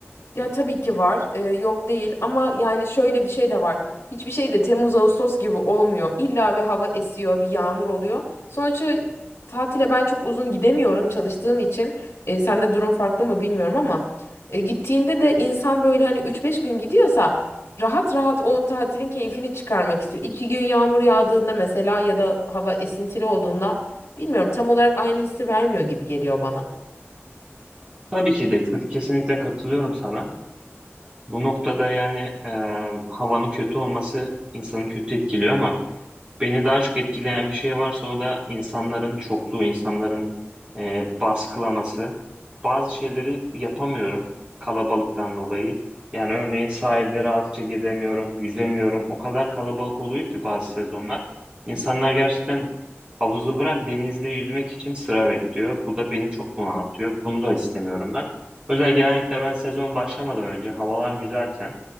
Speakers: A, on the left; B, on the right.
A: Ya tabii ki var. Ee, yok değil ama yani şöyle bir şey de var. Hiçbir şey de Temmuz Ağustos gibi olmuyor. İlla bir hava esiyor, bir yağmur oluyor. Sonuçta tatile ben çok uzun gidemiyorum çalıştığım için. Ee, sende durum farklı mı bilmiyorum ama e, gittiğinde de insan böyle hani üç beş gün gidiyorsa rahat rahat o tatilin keyfini çıkarmak istiyor. iki gün yağmur yağdığında mesela ya da hava esintili olduğunda Bilmiyorum tam olarak aynı hissi vermiyor gibi geliyor bana.
B: Tabii ki de kesinlikle katılıyorum sana. Bu noktada yani e, havanın kötü olması insanı kötü etkiliyor ama Beni daha çok etkileyen bir şey varsa o da insanların çokluğu, insanların e, baskılaması. Bazı şeyleri yapamıyorum kalabalıktan dolayı. Yani örneğin sahilde rahatça gezemiyorum, yüzemiyorum. O kadar kalabalık oluyor ki bazı sezonlar. İnsanlar gerçekten havuzu bırak denizde yüzmek için sıra bekliyor. Bu da beni çok bunaltıyor. Bunu da istemiyorum ben. O yüzden genellikle ben sezon başlamadan önce havalar güzelken